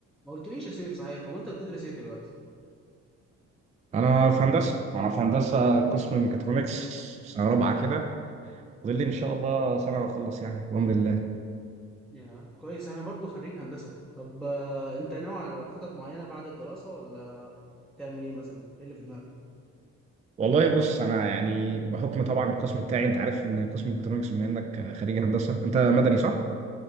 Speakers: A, in the centre; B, on the right (about 25°).
A: ما قلتليش يا سيف صحيح هو انت بتدرس ايه دلوقتي
B: انا في هندسه ما انا في هندسه قسم ميكاترونكس
A: مم.
B: سنه رابعه كده فاضل لي ان شاء الله سنه واخلص يعني بامر الله
A: يا كويس انا برضو خريج هندسة طب آه، انت ناوي على خطط معينة بعد الدراسة ولا هتعمل ايه مثلا ايه اللي في دماغك
B: والله بص انا يعني بحكم طبعا القسم بتاعي انت عارف ان قسم ميكاترونكس بما انك خريج هندسه انت مدني صح